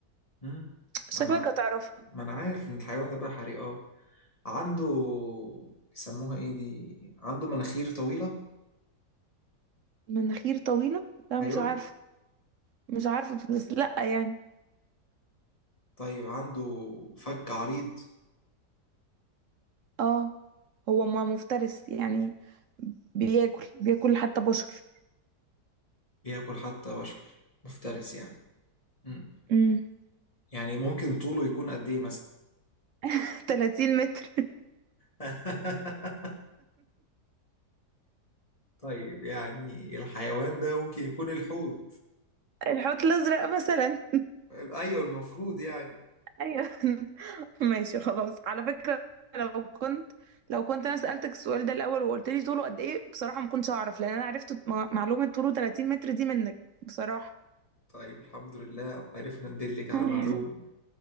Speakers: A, on the left (about 20°); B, on the right (about 55°).
A: مم.
B: شكلك
A: ما أنا
B: هتعرفها
A: ما أنا عارف إن الحيوان ده بحري اه عنده بيسموها ايه دي عنده مناخير طويلة
B: مناخير طويلة لا
A: ايوه
B: مش عارفة مش عارفة بس لأ يعني
A: طيب عنده فك عريض
B: اه هو ما مفترس يعني بياكل بياكل حتى بشر
A: بياكل حتى بشر مفترس يعني مم.
B: امم
A: يعني ممكن طوله يكون قد ايه مثلا
B: <laughs> 30 متر
A: <laughs> طيب يعني الحيوان ده ممكن يكون الحوت
B: الحوت الأزرق مثلا
A: ايوه المفروض يعني
B: ايوه <laughs> ماشي خلاص على فكرة لو كنت لو كنت انا سألتك السؤال ده الاول وقلت لي طوله قد ايه بصراحة ما كنتش اعرف لان انا عرفت م- معلومة طوله 30 متر دي منك بصراحة
A: طيب الحمد لله عرفنا ندلك على
B: <laughs>
A: معلومة